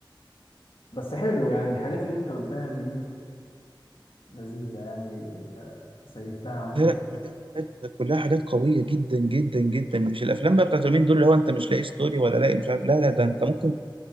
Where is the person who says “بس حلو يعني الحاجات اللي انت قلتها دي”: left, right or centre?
Left